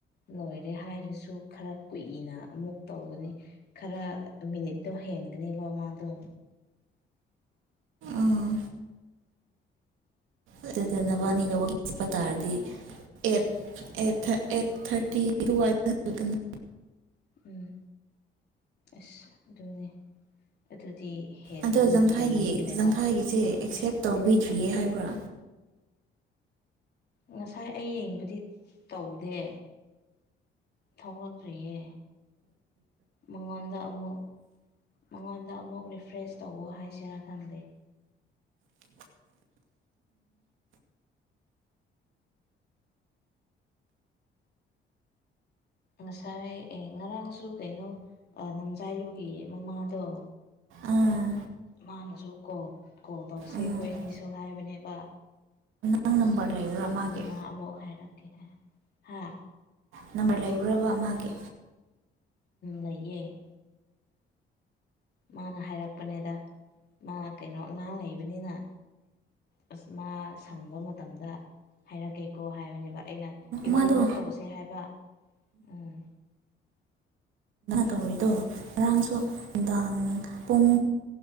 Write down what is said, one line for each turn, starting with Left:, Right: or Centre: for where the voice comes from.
Left: ꯂꯣꯏꯔꯦ ꯍꯥꯏꯔꯁꯨ ꯈꯔ ꯀꯨꯏꯅ ꯑꯃꯨꯛ ꯇꯧꯒꯅꯤ ꯈꯔ ꯃꯤꯅꯤꯠꯇꯣ ꯍꯦꯟꯒꯅꯦꯕ ꯃꯥꯗꯣ
Right: ꯑꯥ ꯑꯗꯨꯗꯅꯕꯅꯤ ꯂ ꯍꯁꯄꯇꯥꯜꯗꯤ
Left: ꯈꯪꯗꯦ
Right: ꯑꯦ ꯑꯦꯠ ꯊꯥꯔꯇꯤꯔꯅꯤ
Left: ꯎꯝ ꯑꯁ ꯑꯗꯨꯅꯦ ꯑꯗꯨ ꯗꯤ ꯑꯃꯨꯛ
Right: ꯑꯗꯣ ꯖꯪꯈꯥꯏꯒꯤ
Left: ꯍꯦꯟꯃꯟꯈ꯭ꯔꯦꯕ
Right: ꯖꯪꯈꯥꯏꯒꯤꯁꯦ ꯑꯦꯛꯁꯦꯞ ꯇꯧꯕꯤꯗ꯭ꯔꯤꯌꯦ ꯍꯥꯏꯕ꯭ꯔꯥ
Left: ꯉꯁꯥꯏ ꯑꯩ ꯌꯦꯡꯕꯗꯤ ꯇꯧꯗꯦ ꯊꯣꯛꯂꯛꯇ꯭ꯔꯤꯌꯦ ꯃꯉꯥꯎꯗ ꯑꯃꯨꯛ ꯃꯉꯣꯟꯗ ꯑꯃꯨꯛ ꯔꯤꯐ꯭ꯔꯦꯁ ꯇꯧꯋ ꯍꯥꯏꯁꯤꯦꯔꯥ ꯈꯪꯗꯦ ꯉꯁꯥꯏ ꯑꯦ ꯉꯔꯥꯡꯁꯨ ꯀꯩꯅꯣ ꯅꯝꯖꯥꯏꯂꯨꯒꯤ ꯃꯃꯥꯗꯣ
Right: ꯑꯥ
Left: ꯃꯥꯅꯁꯨ ꯀꯣ ꯀꯣꯜ ꯇꯧꯁꯦ
Right: ꯎꯝ
Left: ꯈꯈꯣꯏꯅꯤꯁꯨ ꯍꯥꯏꯕꯅꯦꯕ
Right: ꯅꯪ ꯅꯝꯕꯔ ꯂꯩꯕ꯭ꯔꯥ ꯃꯥꯒꯤ
Left: ꯃꯥ ꯑꯃꯨꯛ ꯍꯥꯏꯔꯛꯀꯦ ꯍꯥꯏꯦ ꯍꯥꯥ
Right: ꯅꯝꯕꯔ ꯂꯩꯕ꯭ꯔꯕ ꯑꯃꯒꯤ
Left: ꯂꯩꯌꯦ ꯃꯥꯅ ꯍꯥꯏꯔꯛ ꯄꯅꯦꯗ ꯃꯥ ꯀꯩꯅꯣ ꯑꯉꯥꯡ ꯂꯩꯩꯕꯅꯤꯅ ꯑꯁ ꯃꯥ ꯁꯪꯕ ꯃꯇꯝꯗ ꯍꯥꯏꯔꯛꯀꯦꯀꯣ ꯍꯥꯏꯕꯅꯦꯕ ꯑꯩꯅ ꯏꯚꯤꯅꯤꯡꯗ
Right: ꯃꯥꯗꯣ
Left: ꯇꯧꯁꯦ ꯍꯥꯏꯕ ꯎꯝ
Right: ꯇꯧꯔꯤꯗꯣ ꯉꯔꯥꯡꯁꯨ ꯅꯨꯡꯗꯥꯡ ꯄꯨꯡ